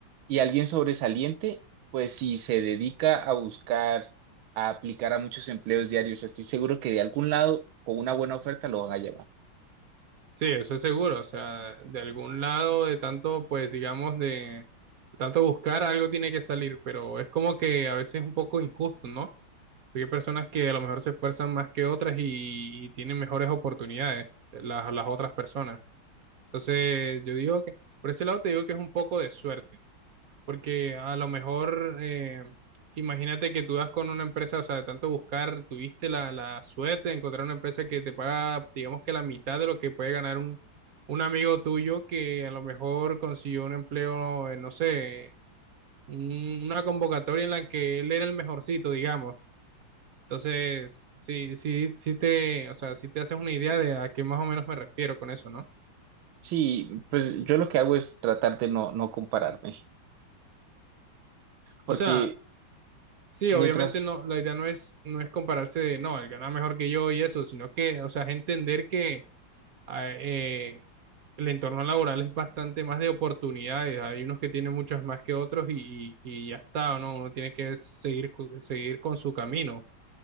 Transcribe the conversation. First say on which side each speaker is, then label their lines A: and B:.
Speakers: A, on the right (about 80°); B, on the right (about 60°).
A: y alguien sobresaliente, pues si se dedica a buscar, a aplicar a muchos empleos diarios, estoy seguro que de algún lado, con una buena oferta, lo van a llamar.
B: sí, eso es seguro. O sea, de algún lado, de tanto, pues digamos, de, de tanto buscar, algo tiene que salir, pero es como que a veces es un poco injusto, ¿no? Porque hay personas que a lo mejor se esfuerzan más que otras y, y tienen mejores oportunidades las, las otras personas. Entonces, yo digo que, por ese lado te digo que es un poco de suerte. porque a lo mejor, eh, imagínate que tú das con una empresa, o sea, de tanto buscar, tuviste la, la suerte de encontrar una empresa que te paga, digamos que la mitad de lo que puede ganar un, un amigo tuyo que a lo mejor consiguió un empleo, en, no sé, un- una convocatoria en la que él era el mejorcito, digamos. Entonces, sí, sí, sí te, o sea, sí te haces una idea de a qué más o menos me refiero con eso, ¿no?
A: Sí, pues yo lo que hago es tratar de no, no compararme, porque
B: O sea, Sí,
A: mientras,
B: obviamente no, la idea no es, no es compararse de, no, él gana mejor que yo y eso, sino que, o sea, es entender que ah, eh, el entorno laboral es bastante más de oportunidades, hay unos que tienen muchas más que otros y, y- y ya está, ¿no? Uno tiene que seguir, co- seguir con su camino.